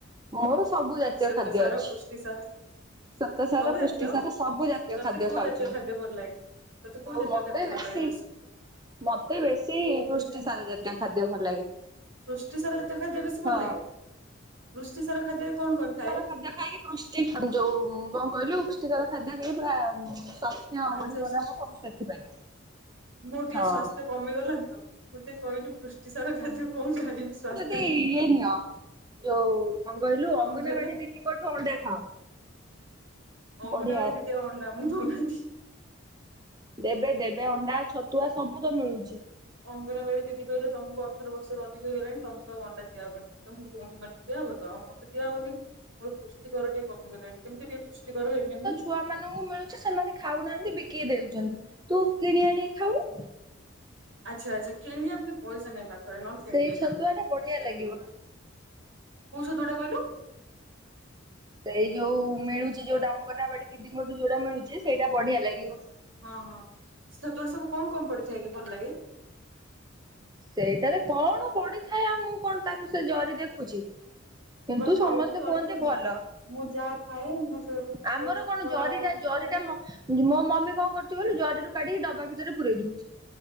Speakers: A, on the right; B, on the right.
A: ମୋର ସବୁ ଜାତୀୟ
B: ଶ୍ୱେତ
A: ଖାଦ୍ୟ
B: ସାର
A: ଅଛି।
B: ପୁଷ୍ଟି ସାର
A: ଶ୍ୱେତସାର,
B: ସବୁ
A: ପୁଷ୍ଟି
B: ଜାତୀୟ
A: ସାର, ସବୁ ଜାତୀୟ
B: ତତେ
A: ଖାଦ୍ୟ
B: କୋଉ
A: ଖାଉଚି
B: ଜାତୀୟ
A: ମୁଁ।
B: ଖାଦ୍ୟ ଭଲ ଲାଗେ? ତତେ କୋଉ
A: ଆଉ
B: ଜାତୀୟ
A: ମତେ
B: ଖାଦ୍ୟ ଭଲ
A: ବେଶୀ
B: ଲାଗେ
A: ମତେ ବେଶୀ ପୃଷ୍ଟି ସାର ଜାତିୟ ଖାଦ୍ୟ ଭଲ୍ ଲାଗେ।
B: ପୃଷ୍ଟି ସାର ଜାତୀୟ ଖାଦ୍ୟ ବେଶୀ ଭଲ୍
A: ହଁ
B: ଲାଗେ। ପୃଷ୍ଟି ସାର ଖାଦ୍ୟରେ କଣ କଣ? ଥାଏ
A: ପୁଷ୍ଟିସାର ଖାଦ୍ୟ ଖାଇକି ପୃଷ୍ଟି ଯୋଉ କଣ କଇଲୁ? ପୁଷ୍ଟିକର ଖାଦ୍ୟ ଖାଇକି ପୁରା ସ ହ୍ୟ
B: ଆଚ୍ଛା
A: ବଢିବ ନା ମୋର ସେଥିପାଇଁ।
B: ମୁଁ ଟିକେ
A: ହଁ।
B: ସ୍ବାସ୍ଥ୍ୟ କମି ଗଲାଣି ତ। ମୁଁ ଟିକେ କହିଲୁ ପୃଷ୍ଟି ସାର ଖାଦ୍ୟ କଣ ଖାଇବି। ସ୍ବାସ୍
A: ତି ଇଏ ନିଅ ଯୋଉ କଣ କଇଲୁ ଅଙ୍ଗନବାଡି
B: କଣ କହିଲ
A: ଦିଦିଙ୍କଠୁ ଅଣ୍ଡା ଖାଅ।
B: ଅଙ୍ଗନବାଡ଼ି
A: ବଢିଆ
B: ଦିଦି ଆଉ ଅଣ୍ଡା ଆମକୁ ଦୋଉ ନାହାଁନ୍ତି।
A: ଦେବେ ଦେବେ ଅଣ୍ଡା ଛତୁଆ ସବୁ ତ ମିଳୁଚି।
B: ଅଙ୍ଗନବାଡି ଦିଦି କହିଲେ ତମକୁ ଅଠର ବର୍ଷରୁ ଅଧିକ ହେଇଗଲାଣି ତମକୁ ଆଉ ଅଣ୍ଡା ଦିଆହବନି। ତମକୁ ଅମମାନ ଦିଆ ହବ ତ ଆଉ ମତେ ଦିଆ ହୋଉନି। ହୋଉ ପୁଷ୍ଟିକର ଟିକେ କମିଗଲାଣି କେମିତି ଟିକେ ପୁଷ୍ଟିକର ହେମି ଅନୁ?
A: ଛୁଆମାନଙ୍କୁ ମିଳୁଚି ସେମାନେ ଖାଉନାହାନ୍ତି ବିକି ଦେଉଚନ୍ତି। ତୁ କିଣି ଆଣି ଖାଉନୁ।
B: ଆଚ୍ଛା ଆଚ୍ଛା କିଣିବା ପାଇଁ ପଇସା ନାହିଁ ପାଖରେ ନହେଲେ
A: ସେଇ
B: କିଣି ଦେଇଥାନ୍ତି।
A: ଛତୁଆ ଟା ବଢିଆ ଲାଗିବ
B: କୋଉ ଛତୁଆଟା କହିଲୁ।
A: ସେଇ ଯୋଉ
B: ସେ
A: ମିଳୁଛି ଯୋଉଟା ଅଙ୍ଗନାବାଡ଼ି ଦିଦିଙ୍କଠୁ ଯୋଉଟା ମିଳୁଛି ସେଇଟା ବଢିଆ ଲାଗିବ।
B: ହଁ ହଁ ସେ ଛତୁଆରେ ସବୁ କଣ କଣ ପଡିଥାଏ କି ଭଲ ଲାଗେ?
A: ସେଇଟାରେ କଣ ପଡିଥାଏ ଆଉ ମୁଁ କଣ ତାକୁ ସେ ଜରି ଦେଖୁଛି।
B: ତୁ
A: କିନ୍ତୁ
B: ବା ଖାଉଛୁ
A: ସମସ୍ତେ
B: ଜରି
A: କୁହନ୍ତି
B: ରଖିବୁ
A: ଭଲ।
B: ନା। ମୁଁ ଯାହା ଖାଏ ମୁଁ ସେ ମୁଁ
A: ଆମର
B: ଯୋଉ ଛତୁଆ
A: କଣ ଜରିଟା
B: ଖାଏ
A: ଜରିଟା ମୋ ମୋ ମମି କଣ କରୁଛି କହିଲୁ ଜରିରୁ କାଢିକି ଡବା ଭିତରେ ପୁରେଇ ଦୋଉଛି।